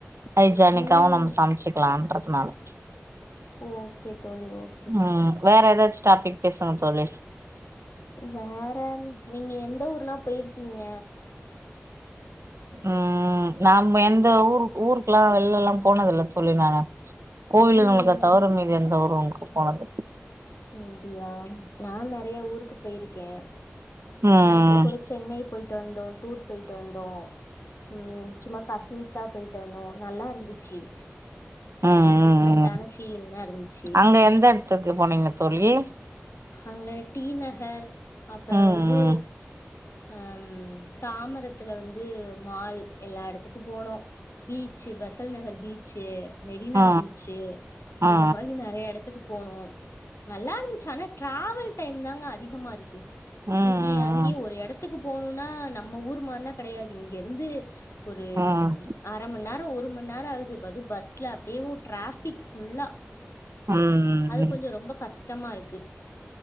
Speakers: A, on the right; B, on the left.
A: ஹைஜானிக்காவு
B: ம்
A: நம்ம சமைச்சக்கலா னாலு
B: ஓகே தோழி ஓகே ஓகே
A: ம் வேற எதாச்சு டாபிக் பேசுங்க தோழி
B: வேற நீங்க எந்த ஊர்னா போயிருக்கீங்க
A: ம் நாம எந்த ஊரு ஊருக்கெல்லா வெள்ளலா போனது இல்ல தோழி நானு கோவிலுங்களுக்கு
B: ம் ம்
A: தவுற மீதி எந்த ஊரு ஓ கு போனகு
B: அப்டியா நா நெறய ஊருக்கு போயிருக்கே
A: ம்
B: இப்ப கூட சென்னை போயிட்டு வந்தோ டூர் போயிட்டு வந்தோ ம் சும்மா கசின்ஸா போயிட்டு வந்தோ நல்லா இருந்துச்சி
A: ம் ம்
B: டிஃப்ரெண்டான
A: ம்
B: ஃபீலிங்லா இருந்துச்சி
A: அங்க எந்த எடத்துக்கு போனீங்க தோழி
B: அங்க டி நகர் அப்புற
A: ம்
B: வந்து
A: ம்
B: அ தாமரத்துல வந்து மால் எல்லா எடத்துக்கு போனோ பீச்சி பெசன்னகர் பீச்சி மெரினா
A: ம் ம்
B: பீச்சி
A: ஆ ஆ ஆ
B: இந்த மாரி நெறய எடத்துக்கு போனோ நல்லா இருந்துசி ஆனா டிராவல் டைம் தாங்க அதிகமா இருக்கு
A: ம்
B: இங்யே
A: ம்
B: அங்கயே ஒரு எடத்துக்கு கு போணும்னா நம்ம ஊர் மாரிலா கெடையாது இங்க இருந்து ஒரு
A: ம்
B: அர மணி நேரோ ஒரு மணி நேரோ ஆகுதுப்பது பஸ்ல அப்டியே டிராபிக் ஃபுல்லா
A: ம் ம்
B: அது கொஞ்சொ ரொம்ப கஷ்டமா இரு க்கு